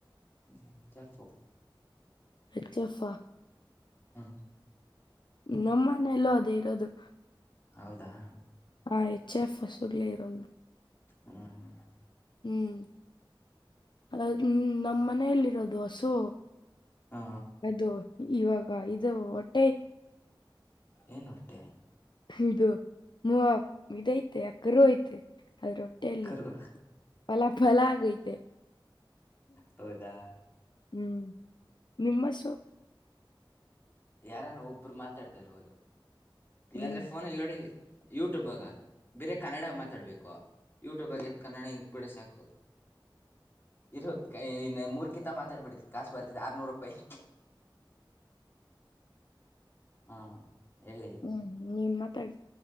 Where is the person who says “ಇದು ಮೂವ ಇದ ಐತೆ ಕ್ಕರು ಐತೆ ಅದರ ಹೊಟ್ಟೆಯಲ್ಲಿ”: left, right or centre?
Left